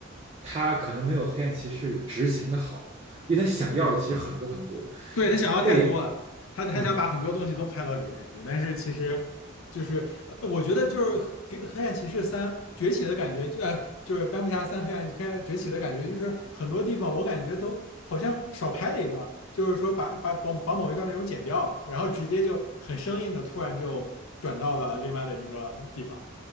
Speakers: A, on the right (about 30°); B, on the left (about 75°).
A: 他可能没有《黑暗骑士》执行的好，因为他想要的其实很多很多，
B: 是。对，他想要太多了，
A: 被
B: 他他想把很多东西都拍到里边去，
A: 嗯
B: 但是其实就是呃我觉得就是给《黑暗骑士三》崛起的感觉，就呃就是《蝙蝠侠三》黑暗黑暗崛起的感觉，就是很多地方我感觉都好像少拍了一段，就是说把把把把某一段内容剪掉了，然后直接就很生硬的突然就转到了另外的一个地方。